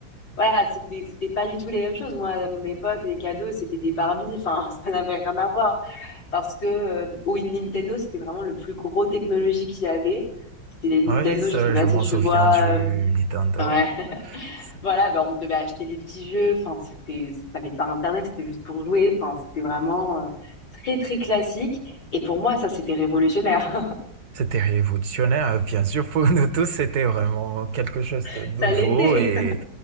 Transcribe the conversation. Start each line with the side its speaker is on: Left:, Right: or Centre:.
Left: voilà, c'était, c'était pas du tout les mêmes choses. Moi, à mon époque, les cadeaux, c'était des Barbies, enfin, <laughs> ça n'avait rien à voir. Parce que, euh, au Nintendo, c'était vraiment le plus gros technologie qu'il y avait. C'était les Nintendo,
Right: oui, ça,
Left: je sais pas
Right: je m'en
Left: si tu
Right: souviens
Left: vois,
Right: du
Left: euh,
Right: Nintendo.
Left: ouais.
Right: euh,
Left: <laughs>
Right: Ça,
Left: Voilà, ben, on devait acheter les petits jeux. Enfin, c'était, t'avais pas Internet, c'était juste pour jouer. Enfin, c'était vraiment euh, très très classique. Et pour moi, ça c'était révolutionnaire.
Right: C'était révolutionnaire, hein, bien sûr, pour nous tous, c'était vraiment quelque chose
Left: <laughs>
Right: de nouveau
Left: Ça l'était.
Right: et,